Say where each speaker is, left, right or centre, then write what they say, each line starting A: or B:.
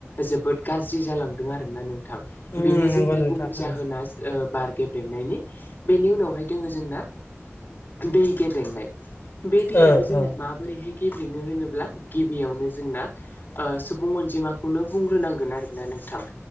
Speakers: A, on the left; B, on the left.
A: जोबोद गाज्रि जालां दों आरोना नोंथां
B: उम
A: बेनो
B: नंगौ
A: जोंना
B: नोंथां
A: गुबै
B: ओं
A: जाहोना ओ बार गेब्रेंनायनि बेनि उनावहाय दोङो जोंना दै गेब्लेंनाय बे दैयाबो
B: ओ
A: जोंना
B: ओ
A: मा बोरैहाय गेब्लेङो होनोब्ला गिबियावनो जोंना सुबुं अनजिमा खौनो बुंग्रोनांगोन आरोना नोंथां